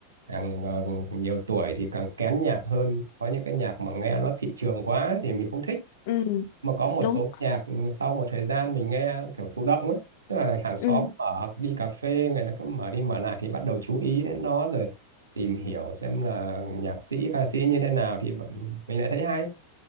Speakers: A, on the right; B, on the left.
A: càng ờ, nhiều tuổi thì càng kén nhạc hơn có những cái nhạc mà nghe nó thị trường quá ấy thì mình không thích
B: ừ
A: mà có một
B: đúng
A: số nhạc ừ, sau một thời gian mình nghe kiểu thụ động ấy tức là hàng xóm
B: ừ
A: mở đi cà phê người ta cứ mở đi mở lại thì bắt đầu chú ý đến nó rồi tìm hiểu xem là nhạc sĩ ca sĩ như thế nào thì vẫn- mình lại thấy hay